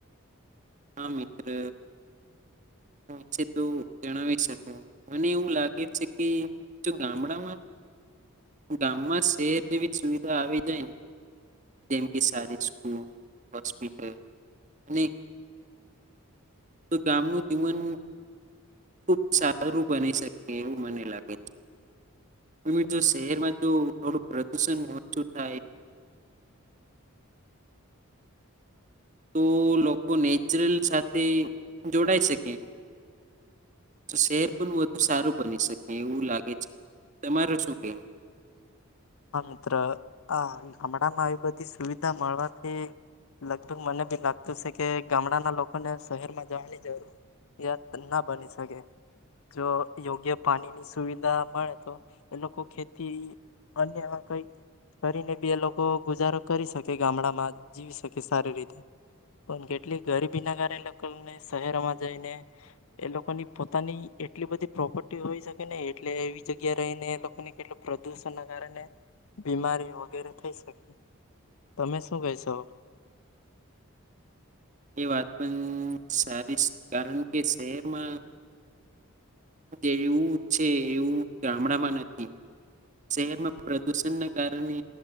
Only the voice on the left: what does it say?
હા મિત્ર આ ગામડામાં આવી બધી સુવિધા મળવાથી લગભગ મને બી લાગતું છે કે ગામડાના લોકોને શહેરમાં જવાની જરૂરિયાત ના બની શકે જો. યોગ્ય પાણીની સુવિધા મળે તો એ લોકો ખેતી અને કઈક કરીને બી એ લોકો ગુજારો કરી શકે ગામડામાં જીવી શકે સારી રીતે પણ કેટલી ગરીબી ના કારણે એ લોકોને શહેરમાં જઈને એ લોકોની પોતાની એટલી બધી. પ્રોપર્ટી હોય શકે નઈ એટલે એવી જગ્યા રહીને એ લોકોને કેટલ પ્રદુષણ ના કારણે બીમારી વગેરે થઈ શકે તમે શું કહેશો.